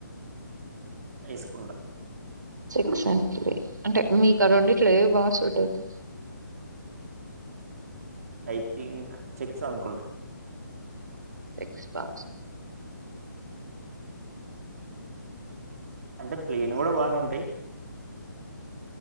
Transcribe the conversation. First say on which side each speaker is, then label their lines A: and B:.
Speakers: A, on the right; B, on the right.
A: వేసుకుంటా
B: చెక్స్ అట్ అంటే మీకు రండి ఇట్లా బాగా సూట్ అయితే
A: ఐ థింక్ చెక్స్ అనుకుంట
B: క్ బస్
A: అంటే ప్లేన్ కూడా బానే ఉంటాయి